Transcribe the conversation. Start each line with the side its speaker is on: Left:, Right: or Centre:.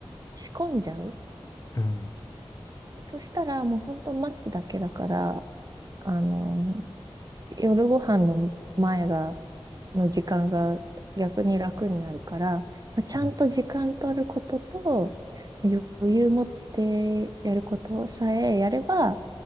Right: う仕込んじゃう。
Left: うん。
Right: そしたらもうほんと待つだけだから、あの、夜ご飯の前がの時間が逆に楽になるから、まあちゃんと時間取ることと、
Left: うん
Right: 余裕持ってやることさえやれば、